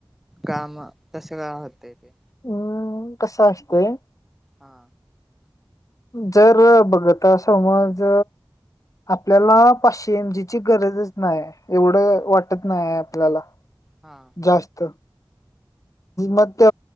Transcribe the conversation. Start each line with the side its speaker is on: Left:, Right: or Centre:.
Centre: काम तस काम होते ते?
Left: हम्म कस असतय.
Centre: हा.
Left: जर बघत समज आपल्याला पाचशे एमजीची गरजचं नाही. एवढं
Centre: हा
Left: वाटत नाही, आपल्याला
Centre: हा
Left: जास्त. मग ते